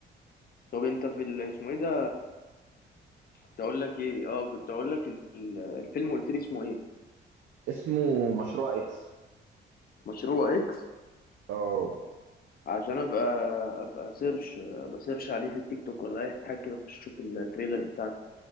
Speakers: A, on the left; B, on the right.
A: طب انت في ال- اسمه ايه ده كنت اقول لك ايه اه كنت اقول لك ال- الفيلم قلت لي اسمه ايه
B: اسمه مشروع اكس
A: مشروع اكس
B: اه
A: عشان ابقى ابقى سيرش ابقى سيرش عليه في التيك توك ولا اي حاجه كده اخش اشوف التريلر بتاعته